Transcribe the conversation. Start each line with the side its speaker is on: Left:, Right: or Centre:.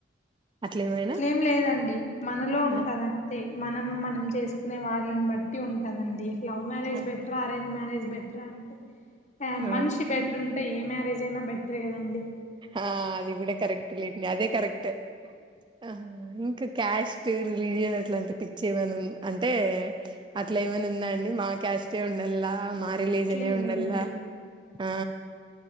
Right: అట్లేమైనా.
Left: ఏం లేదండి మనలో ఉంటదంతే.
Right: ఆ
Left: మనం మనం చేసుకునే వాళ్ళన్ బట్టి ఉంటదండి. లవ్ మ్యారేజ్
Right: ఆ
Left: బెటరా అరేంజ్ మ్యా రేజ్ బెట్ర అంటే యా
Right: ఆ
Left: మన్షి బెట్రుం టే ఏ మ్యారేజైనా బెట్రే కదండి
Right: ఆ అది గూడా కరెక్ట్ లేండి అదే కరెక్ట్. ఆ ఇంక క్యాష్ <unintelligible> రిలీజియన్ అట్లాంటి పిచ్చ్ ఏమైను అంటే అట్లేమైనుందా అండి మా క్యాస్టే ఉం. ఉండల్ల
Left: ఆ,
Right: మా రిలీజనే
Left: అట్లేం
Right: ఉండల్ల
Left: లేదండి
Right: ఆ.